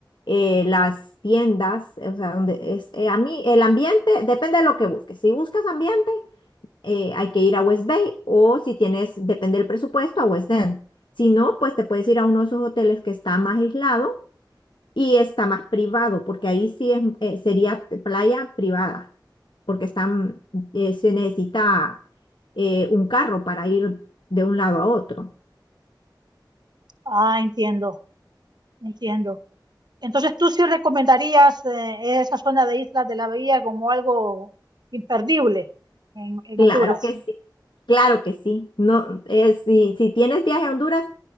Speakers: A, on the left (about 75°); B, on the right (about 60°).
A: eh, las tiendas, eh, o sea, donde es, eh, a mí el ambiente depende de lo que busques. Si buscas ambiente, eh, hay que ir a West Bay o si tienes, depende del presupuesto, a West End. Si no, pues te puedes ir a uno de esos hoteles que está más aislado y está más privado, porque ahí sí es, eh, sería playa privada, porque están, eh, se necesita eh, un carro para ir de un lado a otro.
B: Ah, entiendo, entiendo. Entonces, ¿tú sí recomendarías eh, esa zona de Islas de la Bahía como algo imperdible en, en
A: Claro
B: Honduras?
A: que sí, claro que sí. No, eh, si, si tienes viaje a Honduras,